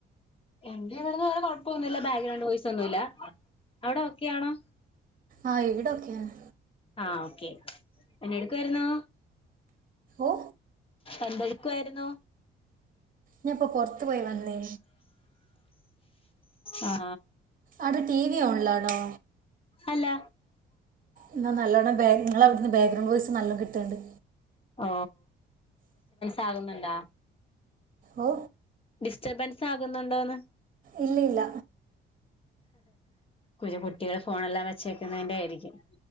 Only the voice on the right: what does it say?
ആ എവിടൊക്കെയന്നെ
ഓ
ഞപ്പൊ പുറത്തു പോയി വന്നേ
അട ടിവി ഓൺലാണോ
എന്നാ നല്ലോണം <unintelligible> ബാക്ക്ഗ്രൗണ്ട് വോയ്സ് നല്ലം കിട്ടുന്നുണ്ട്
ഓ
ഇല്ല ഇല്ല